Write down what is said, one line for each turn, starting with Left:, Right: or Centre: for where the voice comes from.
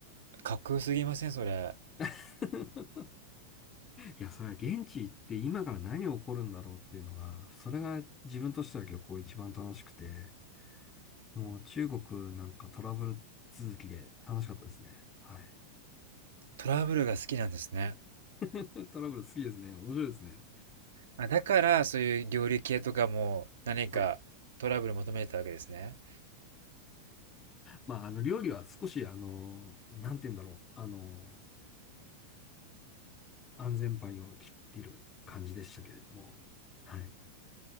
Right: かっこよすぎません、それ。
Left: <laughs> いや、それは現地行って今から何起こるんだろうっていうのが、それが自分としては旅行一番楽しくて。もう中国なんかトラブル続きで楽しかったですね。はい。
Right: トラブルが好きなんですね。
Left: <laughs> トラブル好きですね。面白いですね。
Right: あ、だからそういう料理系とかも何かトラブル求めてたわけですね。
Left: はい。まあ、あの、料理は少し、あの、なんて言うんだろう。あの、安全牌を切ってる感じでしたけれども。はい。